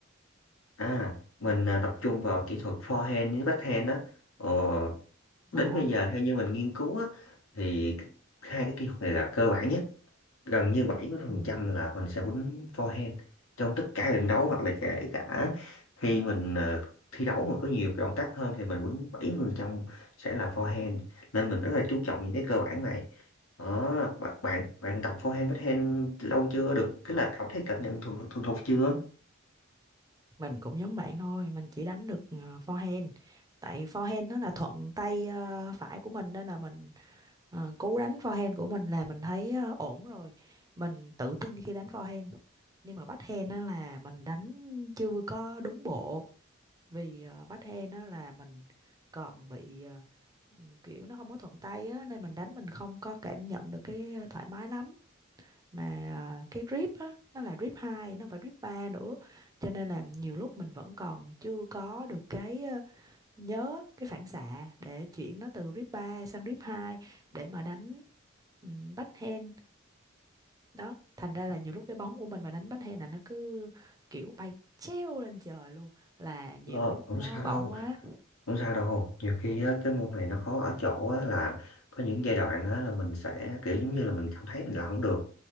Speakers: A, on the left; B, on the right.
A: à mình à, tập trung vào kỹ thuật forehand với backhand đó ờ, đến
B: Ồ,
A: bây giờ theo như mình nghiên cứu á, thì hai cái kỹ thuật này là cơ bản nhất gần như 70%
B: ừm,
A: là mình sẽ quýnh forehand trong tất cả trận đấu hoặc là kể cả khi mình ờ, thi đấu mà có nhiều cái động tác hơn thì mình quýnh 70% sẽ là forehand nên mình rất là chú trọng những cái cơ bản này đó bạn bạn bạn tập forehand backhand lâu chưa được cái là cảm thấy cảm nhận thuần thuần thục chưa
B: mình cũng giống bạn thôi, mình chỉ đánh được ờ, forehand. Tại forehand nó là thuận tay ờ, phải của mình nên là mình ờ, cú đánh forehand của mình là mình thấy ờ, ổn rồi. Mình tự tin khi đánh forehand. Nhưng mà backhand đó là mình đánh chưa có đúng bộ vì ờ, backhand đó là mình còn bị ờ, kiểu nó không có thuận tay á nên mình đánh mình không có cảm nhận được cái ờ, thoải mái lắm. mà à, cái drip á nó là drip 2, nó không phải drip 3 nữa cho nên là nhiều lúc mình vẫn còn chưa có được cái ờ, nhớ cái phản xạ để chuyển nó từ drip 3 sang drip 2 để mà đánh um, backhand đó thành ra là nhiều lúc cái bóng của mình mà đánh backhand là nó cứ kiểu bay treo lên trời luôn là nhiều
A: Ờ,
B: lúc
A: không
B: nó
A: sao
B: bỏng
A: đâu
B: quá
A: không sao đâu nhiều khi á, cái môn này nó khó ở chỗ á, là có những giai đoạn á, là mình sẽ kiểu giống như là mình cảm thấy mình làm không được